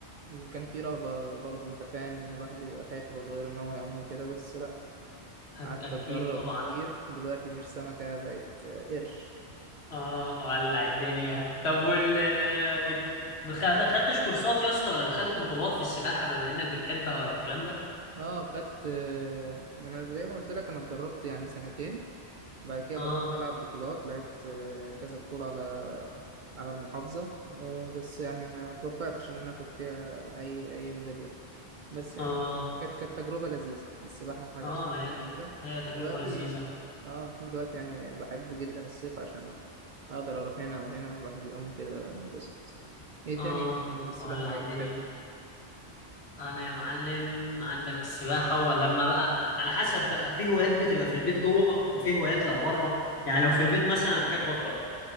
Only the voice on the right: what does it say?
كان في رهبة برضو أنت فاهم إن الواحد بيبقى خايف وهو صغير إن هو يعوم وكده بس لا
قعدت
أتدرب
كتير دلوقتي مش سمكة بقت آه، قرش
اه خدت آه، أنا زي ما قلت لك أنا اتدربت يعني سنتين بعد كده
بدأت ألعب بطولات لعبت آه، كذا بطولة على على المحافظة آه، بس يعني ما توفقتش إن أنا آخد فيها أي أي ميدالية بس يعني
كانت كانت تجربة لذيذة السباحة حاجة
جميلة
دلوقتي
اه دلوقتي يعني بحب جدا الصيف عشان أقدر أروح هنا وهنا الواحد يعوم كده بس إيه
تاني يا إيمان غير السباحة
بقى
بتحبه؟